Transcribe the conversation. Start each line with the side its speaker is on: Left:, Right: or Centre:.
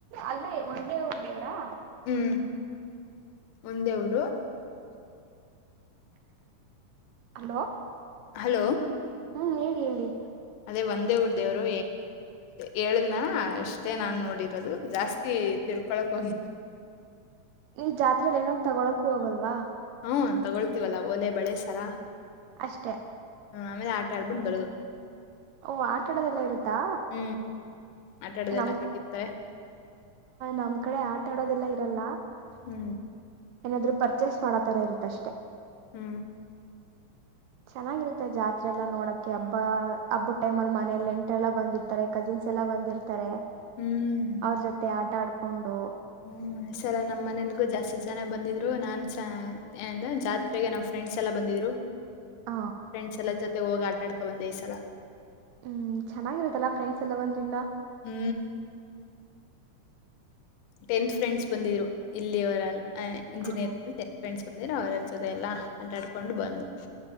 Right: ಅಲ್ಲೇ ಒಂದೇ ಒಂದು ದೇವರಾ
Left: ಹ್ಮ್ ಒಂದೇ ಊರು
Right: ಹೆಲೋ
Left: ಹೆಲೋ
Right: ಹ್ಮ್ಮ್ ಹೇಳು ಹೇಳು.
Left: ಅಲ್ಲಿ ಒಂದೇ ಒಂದು ದೇವರು ಹೇಳ್ದ್ನ ಅಷ್ಟೇ ನಾನು ನೋಡಿರೋದು ಜಾಸ್ತಿ ತಿಳ್ಕೊಳಕ್ಕೆ ಹೋಗಿಲ್ಲ.
Right: ಏ ಜಾತ್ರೆಗೆ ಏನು ತೊಗೊಳಕ್ಕೆ ಹೊಗಲ್ವ.
Left: ಹ್ಮಮ್ ತೊಗೊಳ್ತಿವಲ್ಲ ಒಲೆ ಬಳೆ ಸರ
Right: ಅಷ್ಟೇ
Left: ಆಮೇಲ್ ಆಟ ಆಡಿಬಿಟ್ಟು ಬರದು
Right: ಓ ಆಟ ಆಡಿದಲೇ ಇರುತ್ತಾ
Left: ಹ್ಮ್ ಆಟ ಆಡೋದೆಲ್ಲ
Right: ನಮ್
Left: ಕಟ್ಟಿರ್ತಾರೆ
Right: ನಮ್ ಕಡೆ ಆಟ ಆಡದಲ್ಲೇ ಇರಲ್ಲ
Left: ಹು
Right: ಏನಾದ್ರೂ ಪರ್ಚೇಸ್ ಮಾಡೋ ತರ ಇರುತ್ತೆ ಅಷ್ಟೇ
Left: ಹೂ
Right: ಚೆನ್ನಾಗಿರುತ್ತೆ ಜಾತ್ರೆ ಎಲ್ಲಾ ನೋಡೋಕೆ ಹಬ್ಬ ಟೈಮ್ ಗೆ ಮನೆ ನೆಂಟರಲ್ಲೇ ನೆಂಟರಸ್ ಎಲ್ಲಾ ಬಂದಿರುತ್ತಾರೆ ಕಸಿನ್ಸ್ ಎಲ್ಲಾ ಬಂದಿರುತ್ತಾರೆ ಬಂದಿರುತ್ತಾರೆ
Left: ಹ್ಮ್
Right: ಅವರ ಜೊತೆ ಆಟ ಆಡಬಹುದ ಕೊಂಡು
Left: ಈ ಸಲ ನಮ್ಮನೆಗೆ ಜಾಸ್ತಿ ಜನ ಬಂದಿದ್ದರು ನಾನು ಜಾತ್ರೆಗೆ ನಮ್ ಫ್ರೆಂಡ್ಸ್ ಎಲ್ಲ ಬಂದಿದ್ರು
Right: ಹ
Left: ಫ್ರೆಂಡ್ಸ್ ಎಲ್ಲ ಜೊತೆ ಹೋಗ್ ಆಟ ಆಡ್ಕೊಂಡು ಬಂದೆ ಈ ಸಲ
Right: ಹೂ ಚೆನ್ನಾಗಿರುತ್ತಲ್ವಾ ಫ್ರೆಂಡ್ಸ್ ಎಲ್ಲಾ ಬಂದರೆ ಇನ್ನ
Left: ಹೂಂ ಟೆಂತ್ ಫ್ರೆಂಡ್ಸ್ ಬಂದಿದ್ರು ಇಲ್ಲಿ ಅವರಲ್ಲ ಇಂಜಿನಿಯರ್
Right: ಹ
Left: ಬೆಸ್ಟ್ ಫ್ರೆಂಡ್ಸ್ ಬಂದಿದ್ದರು ಎಲ್ಲಾ ಆಟ ಆಡಿಕೊಂಡು ಬಂದು